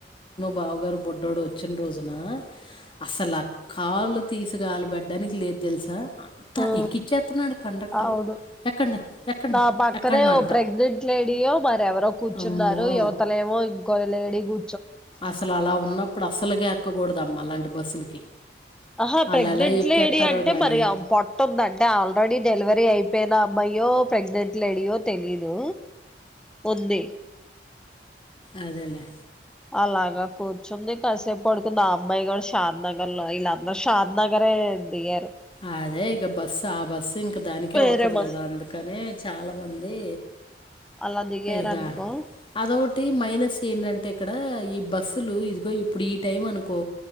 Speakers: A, on the left; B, in the centre.
A: బావగారు బొడ్డోడు వచ్చిన రోజున అసలు ఆ కాళ్ళు తీసి కాళ్ళు పెట్టడానికి లేదు తెలుసా అంతా
B: ఉ
A: ఎక్కిచ్చేత్తన్నాడు కండక్టరు.
B: అవును
A: ఎక్కండి, ఎక్కండి,
B: నా పక్కనే
A: ఎక్కండంట.
B: ఓ ప్రెగ్నెంట్ లేడీయో మరెవరో కూర్చున్నారు
A: అమ్మో!
B: యువతలేమో ఇద్ లేడీ కు
A: అసలు అలా ఉన్నప్పుడు అసలకే ఎక్కకూడదు అమ్మ అలాం బస్సులకి
B: ఆహా ప్రెగ్నెంట్
A: ఆళ్ళెలా ఎక్కేత్తారో
B: లేడీ అంటే
A: గానీ.
B: మరి పొట్ట ఉంది అంటే ఆల్రెడీ డెలివరీ అయిపో యినా అమ్మాయో ప్రెగ్నెంట్ లేడియో తెలీదు ఉంది
A: అదేలేే
B: అలాగా కూర్చుంది కాసేపు పడుకుంది ఆ అమ్మాయి షాద్ నగర్ లో వీళ్ళందరూ షాద్ నగరే దిగారు
A: అదే ఇక బస్సు ఆ బస్సు ఇంక దానికే
B: వేరే
A: పోతది
B: మం
A: కదా అందుకని చాలా మంది
B: అలా దిగారు
A: ఇక
B: అనుకో
A: అది ఒకటి మైనస్ ఏంటంటే అంటే ఇక్కడ ఈ బస్సులు ఇదిగో ఇప్పుడు ఈ టైం అనుకో